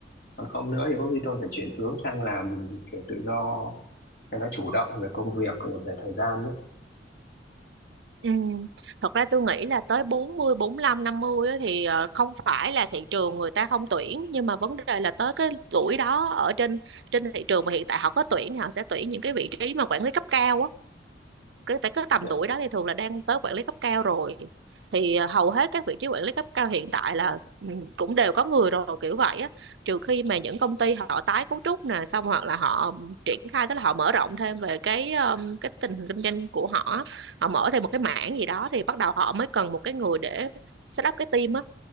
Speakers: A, on the left; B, on the right.
A: còn không nữa thì có khi tôi phải chuyển hướng sang làm kiểu tự do cho nó chủ động về công việc về thời gian
B: Ừ. Thật ra tôi nghĩ là tới 40, năm 50 á, thì ờ, không phải là thị trường người ta không tuyển nhưng mà vấn đề là tới cái tuổi đó ở trên trên thị trường mà hiện tại họ có tuyển thì họ sẽ tuyển những cái vị trí mà quản lý cấp cao á cái phải cái tầm
A: đấy
B: tuổi đó thì thường là đang tới quản lý cấp cao rồi thì à, hầu hết các vị trí quản lý cấp cao hiện tại là ừ, cũng đều có người rồi kiểu vậy á trừ khi mà những công ty họ tái cấu trúc nè xong hoặc là họ triển khai tức là họ mở rộng thêm về cái um, cái tình hình kinh doanh của họ á. họ mở thêm một cái mảng gì đó thì bắt đầu họ mới cần một cái người để set up cái team á